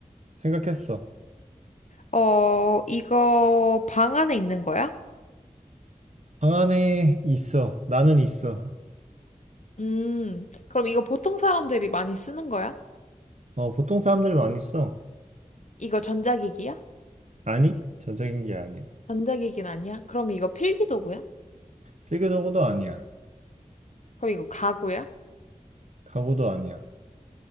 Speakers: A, on the right; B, on the left.
A: 생각했어.
B: 어, 이거 방 안에 있는 거야?
A: 방 안에 있어. 나는 있어.
B: 음, 그럼 이거 보통 사람들이 많이 쓰는 거야?
A: 어, 보통 사람들이 많이 써.
B: 이거 전자기기야?
A: 아니, 전자기기 아니야.
B: 전자기기는 아니야? 그럼 이거 필기도구야?
A: 필기도구도 아니야.
B: 그럼 이거 가구야?
A: 가구도 아니야.